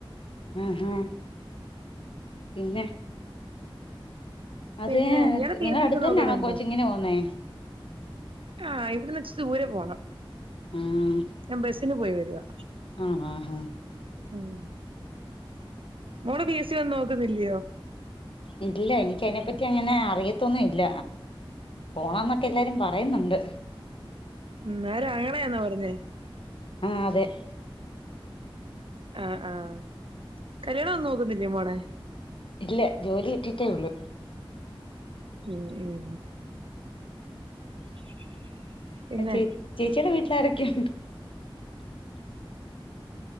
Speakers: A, on the left; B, on the right.
A: ആഹ് അഹ്‌ പിന്നെ അത്
B: പിന്നെ ഇയാള് പി
A: നിങ്ങലാടുതെന്നെയാണോ
B: എസ് സി ഒക്കെ നോക്കുന്നുണ്ടോ
A: കോച്ചിങ്ങിന്പോവുന്നെ
B: ആഹ് ഇവിടെന്ന് ഇച്ചു ദൂരെ പോണം
A: ആഹ്
B: ഞാൻ ബസിന് പോയി വരുവാ
A: ആണേ ആഹ
B: ആഹ് മോൾ ബി എസ് സി ഒന്നും നോക്കുന്നില്ലയോ
A: ഇല്ല എനിക്ക അതിനെപ്പറ്റി അങ്ങനെ അറിയത്തൊന്നും ഇല്ല പോണം എന്നൊക്കെ എല്ലാരും പറയുന്നുണ്ട്
B: ഉം നേരെ അങ്ങളയാണോ പറഞ്ഞെ
A: ആ അതെ
B: ആഹ് ആഹ് കല്യാണം ഒന്നു നോക്കുന്നില്ലേ മോളെ
A: ഇല്ല. ജോലി കിട്ടിയിട്ടേ ഒള്ളൂ.
B: ഉം ഉം. <inaudible> പിന്നെ
A: <unintelligible> ചേച്ചീടെ വീട്ടിലാരൊക്കെയുണ്ട്?